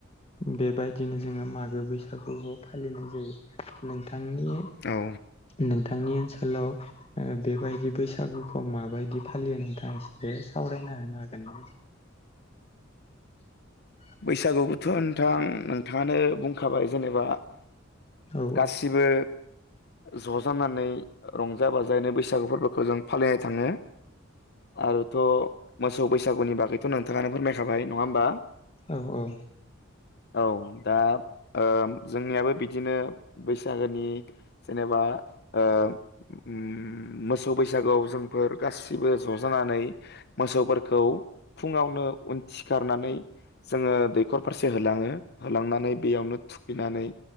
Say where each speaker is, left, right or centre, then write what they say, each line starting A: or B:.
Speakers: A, on the left; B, on the left.
A: बेबायदिनो जोंङो मागो बैसागुबो फालिनाय जायो। नोंथांनि
B: औ
A: नोंथांनि ओनसोलाव ओ बेबायदि बैसागुखौ माबायदि फालियो नोंथाङ बे सावरायना होनो हागोन ना? <inaudible>
B: बैसागु बुथ' नथां नोंथाङानो बुंखाबाय जेनेबा
A: औ
B: गासिबो ज' जानानै रंजा बाजायैनो बैसागु फोरबोखौ जों फालिनाय थाङो। आरोथ' मोसौ बैसागुनि बागैथ' नोंथाङानो फोरमायखाबाय नङा ह होनोमबा
A: औ औ
B: औ दा ओ जोंनियाबो बिदिनो बैसागोनि जेनेबा ओ ओम मोसौ बैसागुोआव जोंफोर गासिबो ज'जानानै मोसौफोरखौ फुङावनो उनथिखारनानै जोंङो दैखर फारसे होलांङो होलांनानै बेयावनो थुखैनानै